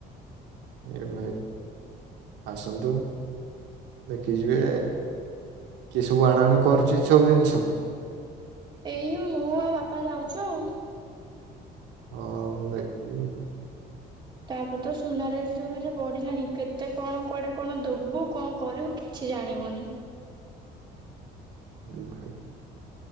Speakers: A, on the right; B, on the right.
A: ଏ ଭାଇ ଆସନ୍ତୁ ଦେଖିଯିବେ କିଏ ସବୁ ଆଣା ଆଣି କରୁଛି ସବୁ ଜିନିଷ
B: ଏଇ ମୁଁ ଆଉ ବାପା ଯାଉଛୁ ଆଉ
A: ହଁ ଦେଖିବ
B: ତାପରେ ତ ସୁନା ରେଟ ଯୋ ବାରେ ବଢିଲାଣି କେତେ କଣ କୁଆଡେ କଣ ଦବୁ କଣ କରିବୁ କିଛି ଜାଣିବୁନି
A: ହଁ ଭାଇ